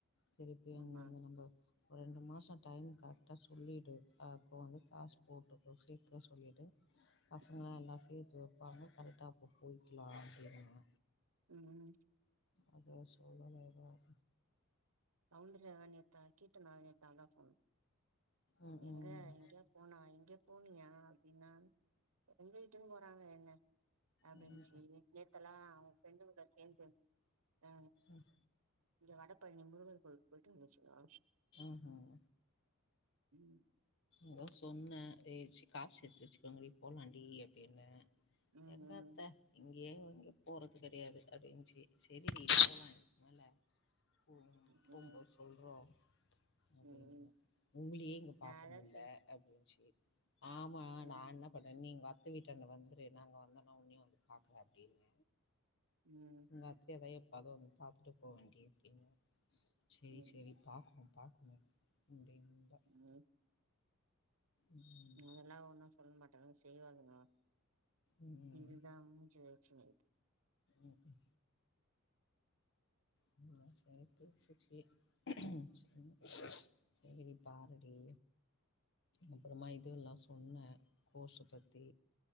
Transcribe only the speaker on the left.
திருப்பி அங்க
வந்து நம்ப ஒரு ரெண்டு மாசோ டைம் கரெக்டா சொல்லிடு அப்போ வந்து காசு போட்டுக்கோ சேத்தே சொல்லிடு பசங்கலா
எல்லா சேத்து வைப்பாங்க கரெக்டா அப்போ போய்கலா அப்டின்னா
அது சொல்ல எதுவும்
ம்
ம்
ம்
ம்
ம்ஹும்
எதோ சொன்ன ரெச்சி காசு எடுத்து வச்சீக்கோங்கடி போலாண்டி அப்டின்ன
எங்கத்த இங்கே எங்கே போறது கெடையாது அப்டின்னுச்சி சேரிடி போலா இதுக்கு மேல போம்போது
போம்போது
சொல்றோ அப்படின்னு
உங்களயே இங்க பா
அப்டின்னுச்சி ஆமா
நா என்ன பண்ண நீங்க பா தூங்கிட்டாங்க வந்துரு நாங்க வந்தோன உன்னியு வந்து பாக்க அப்டின்ன
எங்க அத்தையதா எப்பாவுது வந்து பாத்துட்டு போவேண்டடி இருக்கு சேரி
சேரி பாக்கு பாக்குணு ம் அப்டின்டா
ம்
ம்
ம் உங்ஙள்ளா சேர்த்து <unintelligible> சேரி சேரி பாருடி அப்றமா இது எல்லா சொன்ன கோர்ஸ்ஸ பத்தி